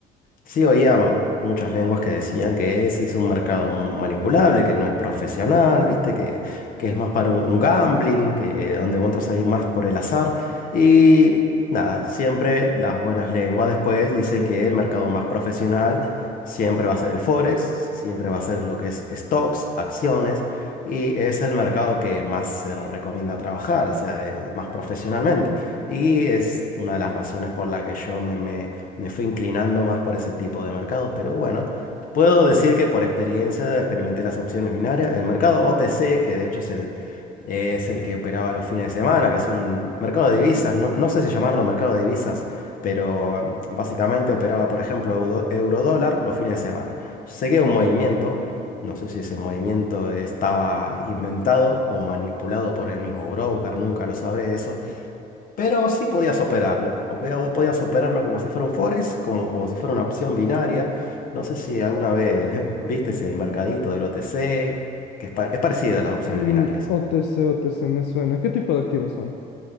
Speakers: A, on the left; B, on the left.
A: Sí, oía muchas lenguas que decían que ese es un mercado manipulable, que no es profesional, ¿viste? Que, que es más para un, un gambling, que donde vos entras ahí más por el azar. Y nada, siempre las buenas lenguas después dicen que el mercado más profesional siempre va a ser el Forex, siempre va a ser lo que es stocks, acciones, y es el mercado que más se recomienda trabajar, o sea, eh, más profesionalmente. Y es una de las razones por la que yo me... me me fui inclinando más por ese tipo de mercado, pero bueno, puedo decir que por experiencia experimenté las opciones binarias, el mercado OTC, que de hecho es el, es el que operaba los fines de semana, que es un mercado de divisas, no, no sé si llamarlo mercado de divisas, pero mm, básicamente operaba, por ejemplo, euro, eurodólar los fines de semana. Seguí un movimiento, no sé si ese movimiento estaba inventado o manipulado por el mismo broker, nunca lo sabré eso pero sí podías operarlo, o podía- podías operarlo como si fuera un forex, como, como si fuera una opción binaria. No sé si alguna vez <laughs> viste ese mercadito del OTC, que es, pa- es parecida a las opciones
B: Mm,
A: binarias.
B: OTC, OTC me suena. ¿Qué tipo de activos son?